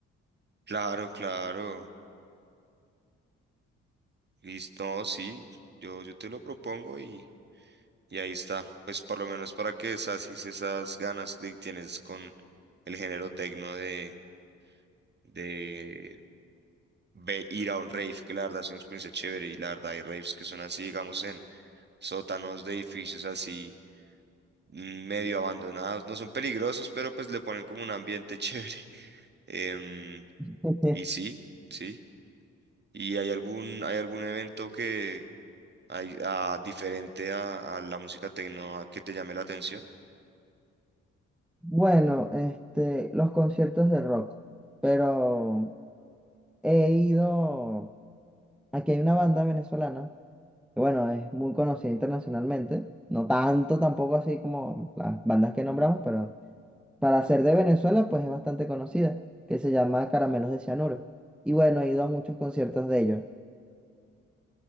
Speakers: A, on the right (about 30°); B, in the centre.
A: Claro, claro. Listo, no, sí. Yo, yo te lo propongo y, y ahí está. Pues por lo menos para que sacies esas ganas que tienes con el género tecno de, de ve- ir a un rave, que la verdad es una experiencia chévere y la verdad hay raves que son así, digamos, en sótanos de edificios así mm, medio abandonados. No son peligrosos, pero pues le ponen como un ambiente <laughs> chévere. Em,
B: <laughs>
A: y sí, sí. ¿Y hay algún, hay algún evento que hay, ah, diferente a, a la música tecno ah, que te llame la atención?
B: Bueno, este, los conciertos de rock, pero he ido, aquí hay una banda venezolana, que bueno, es muy conocida internacionalmente, no tanto tampoco así como las bandas que nombramos, pero para ser de Venezuela pues es bastante conocida, que se llama Caramelos de Cianuro. Y bueno, he ido a muchos conciertos de ellos.